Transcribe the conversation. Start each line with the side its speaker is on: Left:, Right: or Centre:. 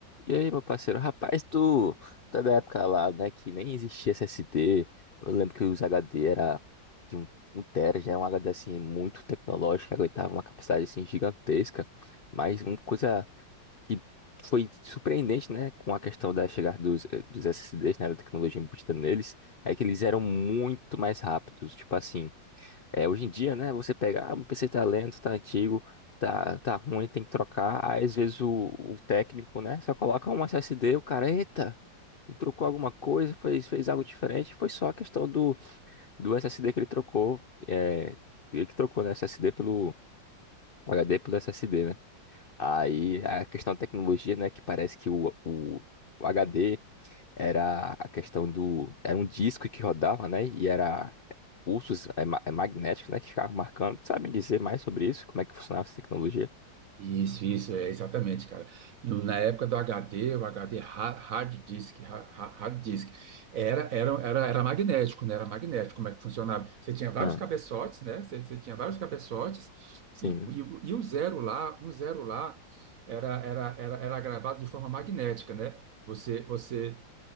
Left: E aí, meu parceiro? Rapaz, tu, tu é da época lá, né, que nem existia SSD. Eu lembro que os HD era de um, um tera, já era um HD, assim, muito tecnológico, que aguentava uma capacidade, assim, gigantesca. Mas uma coisa que foi surpreendente, né, com a questão da chegada dos, eh, dos SSDs, né, da tecnologia embutida neles, é que eles eram muito mais rápidos. Tipo assim, é, hoje em dia, né, você pega, ah, o PC tá lento, tá antigo, tá, tá ruim, tem que trocar. Aí, às vezes, o, o técnico, né, só coloca um SSD, o cara, eita, trocou alguma coisa, fez, fez algo diferente. Foi só a questão do, do SSD que ele trocou. É, ele que trocou, né, SSD pelo HD pelo SSD, né? Aí, a questão da tecnologia, né, que parece que o, o, o HD era a questão do. Era um disco que rodava, né? E era pulsos é, ma- é, magnéticos, né? Que ficavam marcando. Tu sabe me dizer mais sobre isso? Como é que funcionava essa tecnologia?
Right: Isso, isso, é exatamente, cara. No- na época do HD, o HD ha- hard disk, ha- ha- hard disk, era, era, era, era magnético, né? Era magnético, como é que funcionava? Você tinha vários
Left: Ah,
Right: cabeçotes, né? Você, você tinha vários cabeçotes,
Left: sim.
Right: e, e, o e o zero lá, um zero lá, era, era, era, era gravado de forma magnética, né? Você, você